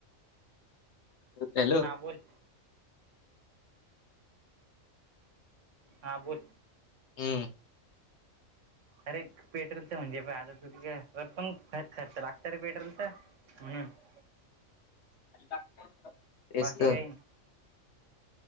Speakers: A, on the left; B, on the right.
A: हॅलो <unintelligible>
B: हां बोल हा बोल.
A: हम्म.
B: अरे पेट्रोलच म्हणजे पाय आता, <unintelligible> पण खर्च लागत रे पेट्रोलच. हना <inaudible>
A: <unintelligible> तेच
B: बाकी
A: तर
B: काही नई.